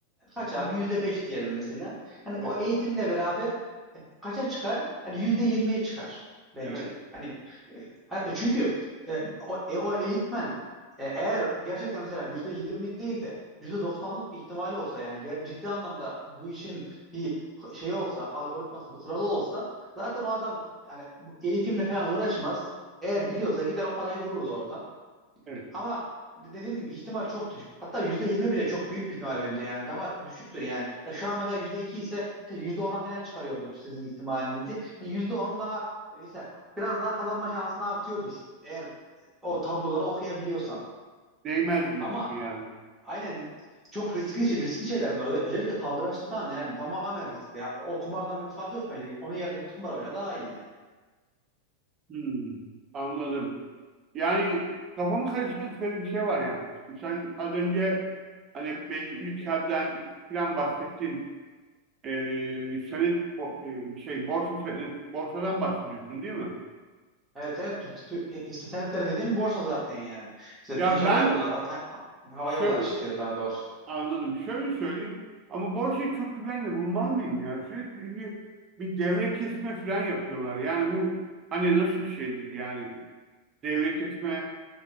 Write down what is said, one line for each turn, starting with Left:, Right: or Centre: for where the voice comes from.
Centre: kaç
Right: Hı
Centre: abi?
Right: hı.
Centre: Yüzde beş diyelim mesela. Hani
Right: Evet.
Centre: o eğitimle beraber e, kaça çıkar? Hani yüzde yirmiye çıkar bence.
Right: Evet.
Centre: Hani e, a- çünkü e, o, e, o eğitmen e, eğer gerçekten mesela yüzde yirmi değil de yüzde doksanlık bir ihtimali olsa yani ger- ciddi anlamda bu işin bir şeyi olsa, algoritması, bir kuralı olsa zaten o adam yani eğitimle falan uğraşmaz. Eğer biliyorsa gider o parayı vururdu oradan.
Right: Evet.
Centre: Ama dediğim gibi ihtimal çok düşük. Hatta %20 bile çok büyük bir ihtimal bence yani. Daha düşüktür yani. Ya Şu an mesela %2 ise işte yüzde ona falan çıkarıyordur sizin ihtimalinizi. E, %10 daha mesela biraz daha kazanma şansın artıyordur. Eğer o tabloları okuyabiliyorsan.
Right: Değmez diyorsun
Centre: Ama
Right: yani.
Centre: aynen çok riskli şey, riskli şeyler bunlar. Özellikle kaldıraçlı falan yani tamamen riskli. Ya, o kumardan bir farkı yok bence. Onun yerine git kumar oyna daha iyi yani.
Right: Hmm, anladım. Yani kafamı karıştıran şöyle bir şey var yani. Sen az önce hani belli ülkeden filan bahsettin. e, senet o, e, şey borsa senet, borsadan bahsediyorsun değil mi?
Centre: Evet evet Türk, Tü- e, istihbaratları dediğim borsa zaten yani. İşte
Right: Ya
Centre: Türk Hava
Right: ben
Centre: Yolları ha- ha- Hava
Right: şöyle
Centre: Yolları şirketi daha doğrusu.
Right: anladım. Şöyle söyleyeyim ama borsayı çok güvenli bulmalı mıyım ya? Sürekli çünkü bir devre kesme falan yapıyorlar. Yani bu hani nasıl bir şeydir yani devre kesme